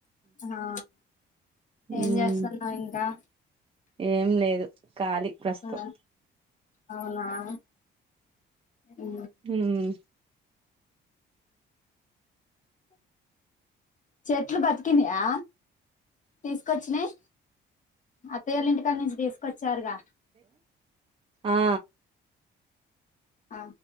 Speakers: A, on the left; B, on the right.
A: ఆ ఏం
B: మ్మ్
A: చేస్తున్నావ్ ఇంకా
B: ఏం లేదు ఖాళీ ప్రస్తుతం
A: ఆ అవునా ఆ ఉ
B: మ్మ్
A: చెట్లు బతికినయా తీసుకొచ్చినయి అత్తయోల్ల ఇంటికాని నుంచి తీసుకొచ్చారుగా
B: ఆ
A: ఆ